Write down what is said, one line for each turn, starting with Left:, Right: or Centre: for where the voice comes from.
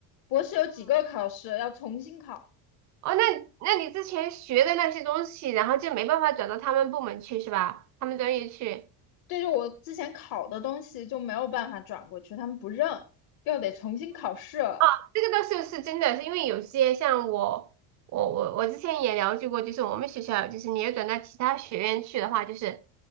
Left: 博士有几个考试要重新考，
Right: 哦，那那你之前学的那些东西，然后就没办法转到他们部门去是吧？他们专业去？
Left: 对着我之前考的东西就没有办法转过去，他们不认，又得重新考试。
Right: 啊，这个倒是是真的，是因为有些像我，我我我之前也了解过，就是我们学校，就是你要转到其他学院去的话，就是